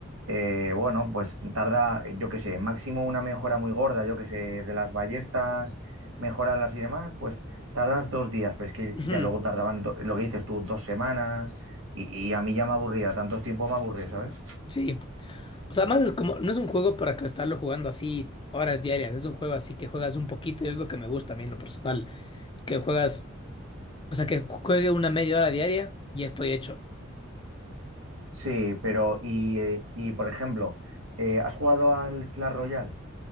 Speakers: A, on the right; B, on the left.
A: eh, bueno, pues tarda, eh, yo qué sé, máximo una mejora muy gorda, yo qué sé, de las ballestas, mejorarlas y demás, pues tardas dos días, pero es que
B: Ujú.
A: ya luego tardaban, do- lo que dices tú, dos semanas, y, y a mí ya me aburría, tanto tiempo me aburría, ¿sabes?
B: Sí. O sea, más es como, no es un juego para que estarlo jugando así horas diarias, es un juego así que juegas un poquito y es lo que me gusta a mí en lo personal, que juegas, o sea, que juegue una media hora diaria y estoy hecho.
A: Sí, pero, y, eh, y por ejemplo, eh, ¿has jugado al Clash Royale?